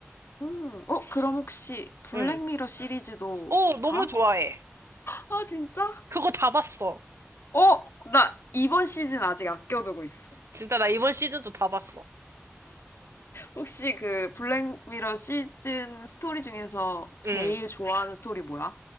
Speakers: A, on the left; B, on the right.
A: 음, 어, 그럼 혹시 블랙미러
B: 응.
A: 시리즈도
B: 어, 너무
A: 봐?
B: 좋아해.
A: 아, 진짜?
B: 그거 다 봤어.
A: 어, 나 이번 시즌 아직 아껴두고 있어.
B: 진짜 나 이번 시즌도 다 봤어.
A: 혹시 그 블랙미러 시즌 스토리 중에서 제일
B: 응.
A: 좋아하는 스토리 뭐야?